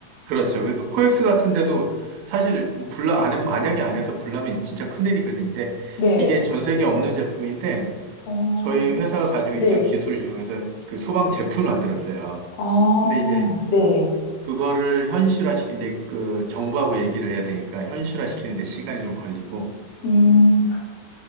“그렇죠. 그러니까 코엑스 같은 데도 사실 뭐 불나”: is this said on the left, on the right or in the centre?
Right